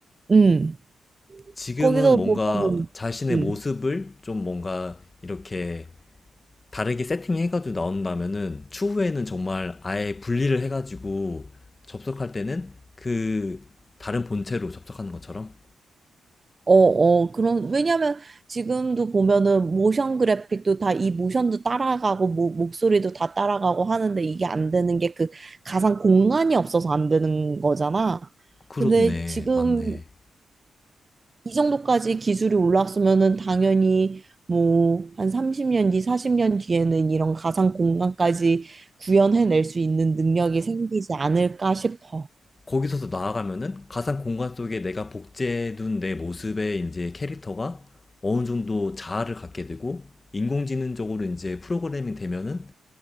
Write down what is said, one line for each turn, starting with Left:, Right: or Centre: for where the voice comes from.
Right: 음.
Left: 지금은
Right: 거기서
Left: 뭔가
Right: 보면은
Left: 자신의
Right: 음.
Left: 모습을 좀 뭔가 이렇게 다르게 세팅해가지고 나온다면은 추후에는 정말 아예 분리를 해가지고 접속할 때는 그 다른 본체로 접속하는 것처럼
Right: 어, 어, 그런, 왜냐면 지금도 보면은 모션 그래픽도 다 이 모션도 따라가고, 뭐, 목소리도 다 따라가고 하는데 이게 안 되는 게 그 가상 공간이 없어서 안 되는 거잖아.
Left: 그렇네.
Right: 근데 지금
Left: 맞네.
Right: 이 정도까지 기술이 올랐으면은 당연히 뭐, 한 30년 뒤, 40년 뒤에는 이런 가상 공간까지 구현해낼 수 있는 능력이 생기지 않을까 싶어.
Left: 거기서도 나아가면은 가상 공간 속에 내가 복제해둔 내 모습의 이제 캐릭터가 어느 정도 자아를 갖게 되고 인공지능적으로 이제 프로그래밍 되면은